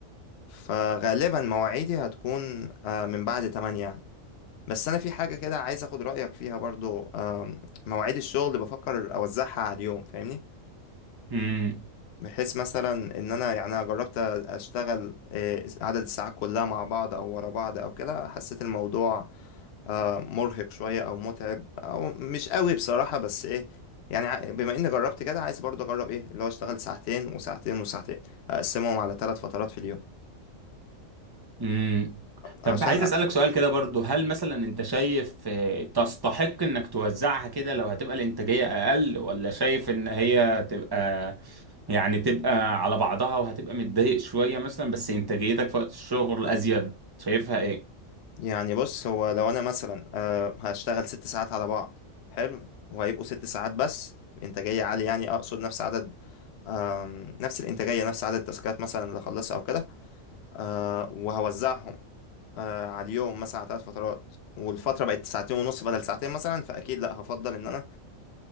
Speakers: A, on the left; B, on the right.
A: فغالبا مواعيدي هتكون آه، من بعد 8 يعني بس انا في حاجه كده عايز اخد رايك فيها برضو آم، مواعيد الشغل اللي بفكر اوزعها على اليوم فاهمني
B: امم
A: بحيث مثلا ان انا يعني انا جربت اشتغل آه، عدد الساعات كلها مع بعض او ورا بعض او كده حسيت الموضوع آه، مرهق شوية أو متعب أو مش قوي بصراحة بس إيه يعني ع- بما إني جربت كده عايز برضه أجرب إيه اللي هو أشتغل ساعتين وساعتين وساعتين أقسمهم على ثلاث فترات في اليوم
B: امم طب
A: عشان
B: عايز
A: أ-
B: اسالك سؤال كده برضو هل مثلا انت شايف آه، تستحق انك توزعها كده لو هتبقى الانتاجيه اقل ولا شايف ان هي تبقى يعني تبقى على بعضها وهتبقى متضايق شويه مثلا بس انتاجيتك في وقت الشغل ازيد شايفها ايه
A: يعني بص هو لو أنا مثلا آه، هشتغل ست ساعات على بعض حلو وهيبقوا ست ساعات بس إنتاجية عالية يعني أقصد نفس عدد آم، نفس الإنتاجية نفس عدد التاسكات مثلا اللي أخلصها أو كده آه، وهوزعهم آه، على اليوم مثلا على ثلاث فترات والفترة بقت ساعتين ونص بدل ساعتين مثلا فأكيد لأ هفضل إن أنا